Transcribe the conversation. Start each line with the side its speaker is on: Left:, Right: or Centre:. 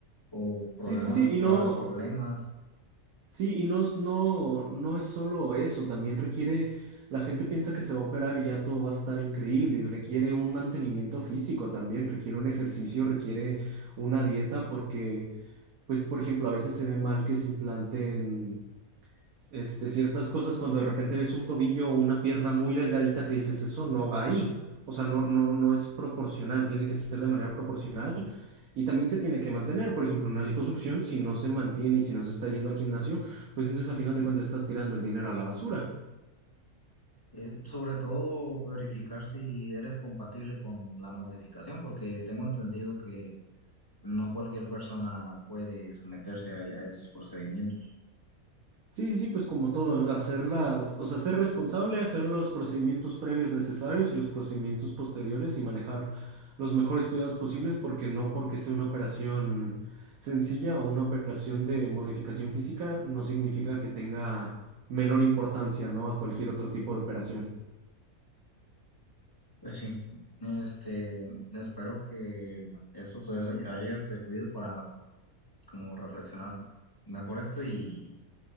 Left: o problemas,
Right: Sí, sí, sí, y
Left: probables
Right: no,
Left: problemas.
Right: sí, y no, es- no, no es solo eso, también requiere, la gente piensa que se va a operar y ya todo va a estar increíble, y requiere un mantenimiento físico también, requiere un ejercicio, requiere una dieta, porque, pues, por ejemplo, a veces se ve mal que se implanten este, ciertas cosas cuando de repente ves un tobillo o una pierna muy delgadita que dices, eso no va ahí. O sea, no, no, no es proporcional, tiene que ser de manera proporcional y también se tiene que mantener. Por ejemplo, una liposucción, si no se mantiene y si no se está yendo al gimnasio, pues entonces a final de cuentas estás tirando el dinero a la basura.
Left: Eh, sobre todo verificar si eres compatible con la modificación, porque tengo entendido que no cualquier persona puede someterse a, a esos procedimientos.
Right: Sí, sí, sí, pues como todo, hacerlas, o sea, ser responsable, hacer los procedimientos previos necesarios y los procedimientos posteriores y manejar los mejores cuidados posibles, porque no porque sea una operación sencilla o una operación de modificación física, no significa que tenga menor importancia, ¿no? A cualquier otro tipo de operación.
Left: Pues sí, este, espero que esto te haya servido para como reflexionar mejor esto y